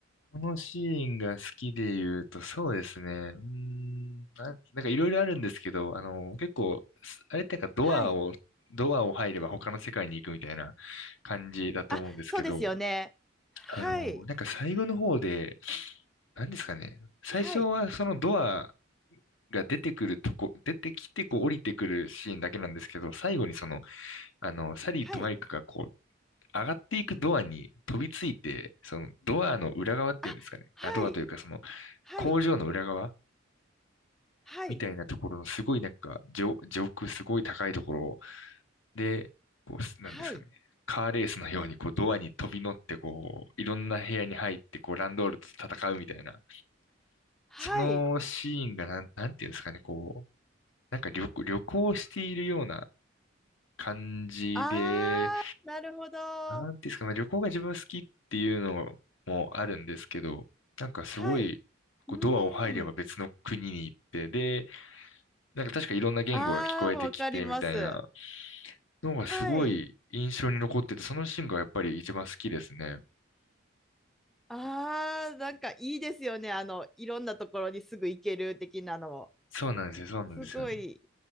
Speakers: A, on the left; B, in the centre.
A: このシーンが好きで言うと、そうですね。うーん、な、なんかいろいろあるんですけど、あの、結構、すあれってなんかドアを、
B: はい。
A: ドアを入れば他の世界に行くみたいな感じだと思うんですけど、
B: あ、そうですよね。はい。
A: あの、なんか最後の方で、何ですかね。最初はそのドア
B: はい。
A: が出てくるとこ、出てきてこう降りてくるシーンだけなんですけど、最後にその、あの、サリーとマイクがこう、
B: はい。
A: 上がっていくドアに飛びついて、そのドアの裏側っていうんですかね。
B: あ、はい。
A: あ、ドアというかその
B: はい。
A: 工場の裏側
B: はい。
A: みたいなところのすごいなんか上、上空すごい高いところで、こう、
B: はい。
A: なんですかね。カーレースのようにこうドアに飛び乗ってこう、いろんな部屋に入ってこう、ランドールと戦うみたいな。
B: はい。
A: そのシーンがなん、なんていうんですかね、こう、なんか旅、旅行しているような感じで、
B: あー、なるほど。
A: なんていうんですかね、旅行が自分好きっていうのもあるんですけど、なんかすごい、
B: はい。
A: こうドアを入れば別の国に行って、
B: うーん。
A: で、なんか確かいろんな言語が聞こえてきてみたいな
B: あー、わかります。
A: のがすごい印象に残ってて、
B: はい。
A: そのシーンがやっぱり一番好きですね。
B: ああ、なんかいいですよね。あの、いろんなところにすぐ行ける的なの。
A: そうなんですよ、そうなんですよね。
B: すごい。